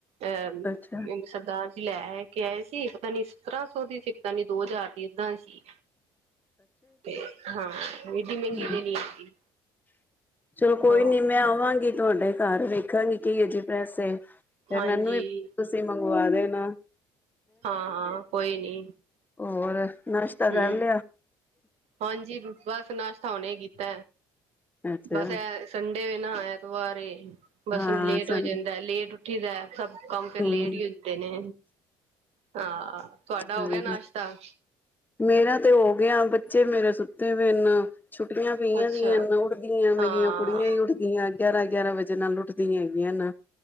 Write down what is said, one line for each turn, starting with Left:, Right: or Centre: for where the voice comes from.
Right: ਅਹ
Left: ਅੱਛਾ,
Right: ਸਰਦਾਰ ਜੀ ਲੈ ਕੇ ਆਏ ਸੀ ਪਤਾ ਨੀ ਸਤਰਾਂ ਸੌ ਦੀ ਸੀ। ਪਤਾ ਨੀ ਦੋ ਹਜਾਰ ਏਦਾਂ ਸੀ ਤੇ ਹਾਂ। ਏਡੀ ਮਹਿੰਗੀ
Left: ਹਾ
Right: ਤੇ ਨਹੀਂ ਹੈਗੀ
Left: ਚਲੋ ਕੋਈ
Right: ਹਾਂ
Left: ਨੀ ਮੈ ਆਵਾਗੀ। ਤੁਹਾਡੇ ਘਰ ਵੇਖਾਂਗੀ ਕੀਏ ਜੀ ਪੈਸੇ ਫੇਰ
Right: ਹਾਂਜੀ
Left: ਮੈਨੂੰ ਵੀ ਤੁਸੀ ਮੰਗਵਾ ਦੇਣਾ
Right: ਹਾਂ ਕੋਈ ਨੀ
Left: ਹੋਰ ਨਾਸ਼ਤਾ
Right: ਹਮ
Left: ਕਰ ਲਿਆ।
Right: ਹਾਂਜੀ ਬਸ ਨਸ਼ਤਾ ਉਹਨੇ ਕੀਤਾ
Left: ਅੱਛਾ
Right: ਬਸ ਐ ਸੰਡੇ ਨਾ ਐਤਵਾਰ ਏ ਬਸ
Left: ਹਾਂ,
Right: ਲੇਟ
Left: ਸਾਨੂੰ
Right: ਹੋ ਜਾਂਦਾ ਲੇਟ ਉੱਠੀ ਦਾ। ਸਭ ਕੰਮ ਫੇਿਰ
Left: ਹੂੰ
Right: ਲੇਟ ਹੀਈ ਹੁੰਦੇ ਨੇ ਹਾਂ ਤੁਹਾਡਾ
Left: ਹਾਂਜੀ।
Right: ਹੋ ਗਿਆ ਨਾਸ਼ਤਾ?
Left: ਮੇਰਾ ਤੇ ਹੋ ਗਿਆ ਬੱਚੇ ਮੇਰੇ ਸੁੱਤੇ ਪਨ। ਛੁੱਟੀਆਂ ਪਈਆਂ
Right: ਅੱਛਾ
Left: ਦੀਆਂ ਉੱਠਦੀਆਂ ਮੇਰੀਆਂ
Right: ਹਾਂ
Left: ਕੁੜੀਆਂ ਹੀ ਉੱਠ ਦੀਆਂ। ਗਿਆਰਾਂ ਗਿਆਰਾਂ ਵਜੇ ਨਾਲ ਉਠਦੀਆਂ ਹੈਗੀਆਂ ਨਾ